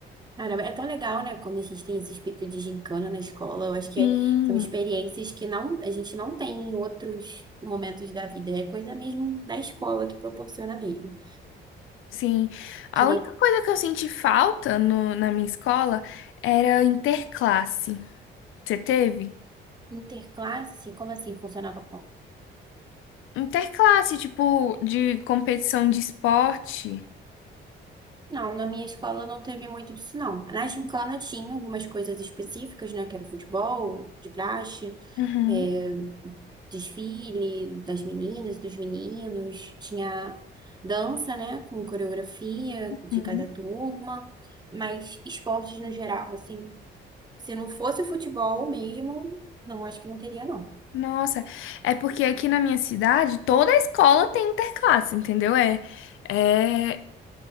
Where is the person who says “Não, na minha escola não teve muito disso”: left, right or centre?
Right